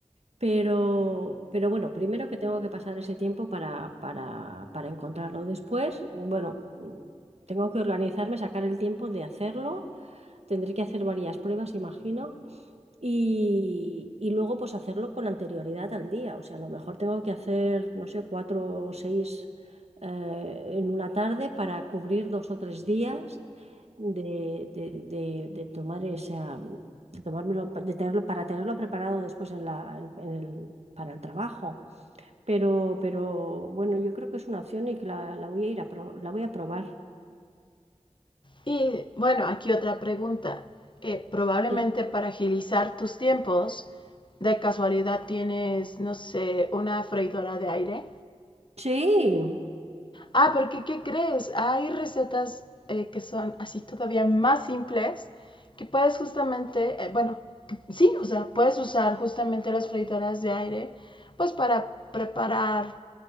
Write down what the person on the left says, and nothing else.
Y bueno, aquí otra pregunta. Eh, probablemente
para agilizar tus tiempos, de casualidad tienes, no sé, una freidora de aire.
Ah, porque ¿qué crees? Hay recetas eh, que son así todavía más simples que puedes justamente, eh, bueno, que- sí, o sea, puedes usar justamente las freidoras de aire pues para preparar